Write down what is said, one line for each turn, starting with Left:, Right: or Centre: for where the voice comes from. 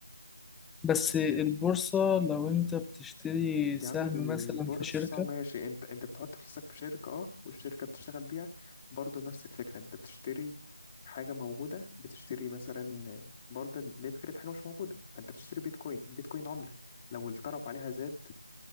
Centre: بس البورصه لو انت بتشتري سهم
Left: يا عم البورصة
Centre: مثلا في شركه
Left: ماشي انت انت بتحط فلوسك في شركة اه والشركة بتشتغل بيها برضه نفس الفكرة انت بتشتري حاجة موجودة بتشتري مثلا برضه ليه فكرة حاجة مش موجودة فانت بتشتري بيتكوين بيتكوين عملة لو الطلب عليها زاد